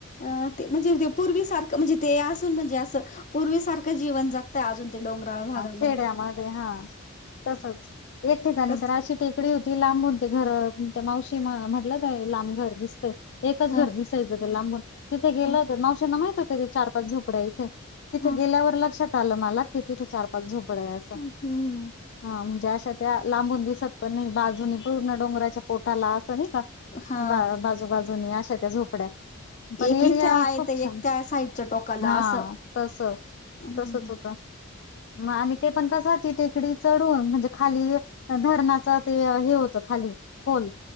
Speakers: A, on the left; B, on the left.
A: अ ते म्हणजे ते पूर्वी सारखं म्हणजे ते असून म्हणजे असं पूर्वीसारखं जीवन जगता अजून ते डोंगराळ भागात
B: खेड्या मध्ये हा तसच एक ठिकाणी
A: तस
B: तर अशी टेक कडी होती लांबून ते घर मावशी म्हटलं ते लांब घर दिसते एकच
A: ह
B: घर दिस <unintelligible> लांबून तिथे गेल्या
A: ह
B: होत्या मावशींना माहिती होत तिथ चार पाच झोपड्या इथे तिथे
A: ह
B: गेल्यावर लक्षात आलं मला कि तिथे चार पाच झोपड आहे असं
A: हम्म
B: हा म्हणजे अशा त्या लांबून दिसत पण नाही बाजूनी पूर्ण डोंगराच्या पोटाला नाही का
A: हा
B: बा बाजूबाजूननी अशा त्या झोपड्या पण
A: एक
B: एरिया
A: इथे आहे
B: खूप
A: तर
B: छान
A: एक त्या साईडच्या टोकाला
B: हा
A: असं
B: तस
A: हम्म
B: तसच होत म आणि ते पण कस होतीे डी चढ होन म्हणजे खाली धरणाच ते हे होत खाली खोल